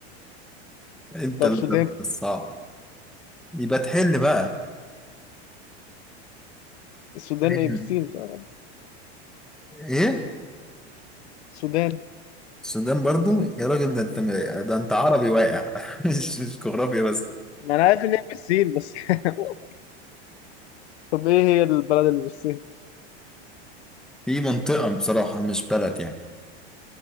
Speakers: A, in the centre; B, on the left.
A: انت
B: طب
A: اللي
B: السودان
A: طلعت الصعب يبقى تحل بقى
B: السودان
A: حل.
B: ايه بالسين صح؟
A: ايه
B: السودان
A: السودان برضو
B: بالسين
A: يا راجل ده انت ده انت عربي واقع <laughs> مش مش جغرافيا بس
B: ما انا عارف ان هي بالسين بس <laughs> طب ايه هي البلد اللي بالسين
A: في منطقة بصراحة مش بلد يعني